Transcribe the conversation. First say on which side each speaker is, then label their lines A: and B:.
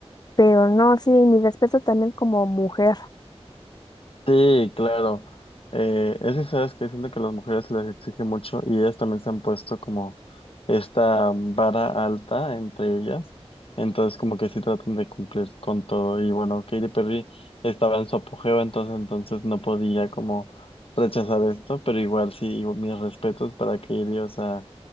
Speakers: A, on the left (about 40°); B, on the left (about 60°).
A: pero no, sí, mi respeto también como mujer.
B: Sí, claro. Eh, es que sabes que siento que a las mujeres se les exige mucho y ellas también se han puesto como esta vara alta entre ellas, entonces como que sí tratan de cumplir con todo y bueno, Katy Perry estaba en su apogeo, entonces entonces no podía como rechazar esto, pero igual sí, mis respetos para Katy, o sea,